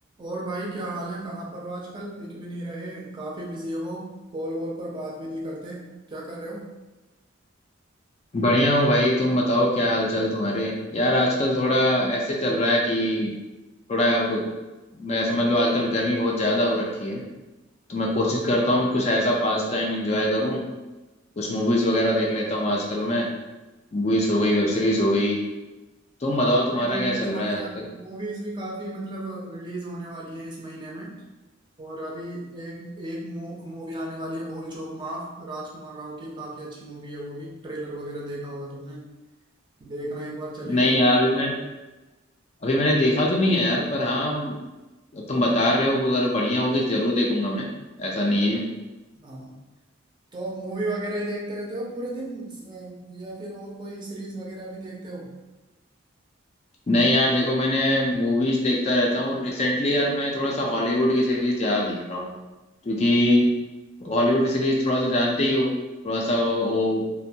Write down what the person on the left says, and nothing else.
बढ़िया हूँ भाई तुम बताओ क्या हालचाल तुम्हारे यार आजकल थोड़ा ऐसे चल रहा है कि थोड़ा अब मैं समझ लो आजकल गर्मी बहुत ज़्यादा हो रखी है तो मैं कोशिश करता हूँ कि कुछ ऐसा पास टाइम एंजॉय करूँ कुछ मूवीज़ वगैरह देख लेता हूँ आजकल मैं मूवीज़ हो गई वेब सीरीज़ हो गई तुम बताओ
तुम्हारा
क्या चल
रहा है आजकल
नहीं यार अभी मैं अभी मैंने देखा तो नहीं है यार पर हाँ तुम बता रहे हो कि अगर बढ़िया होगी तो जरूर देखूंगा मैं ऐसा नहीं है
नहीं यार देखो मैंने मूवीज देखता रहता हूँ रिसेंटली यार मैं थोड़ा सा हॉलीवुड की सीरीज ज्यादा देख रहा हूँ क्योंकि हॉलीवुड की सीरीज थोड़ा सा जानते ही हो थोड़ा सा वो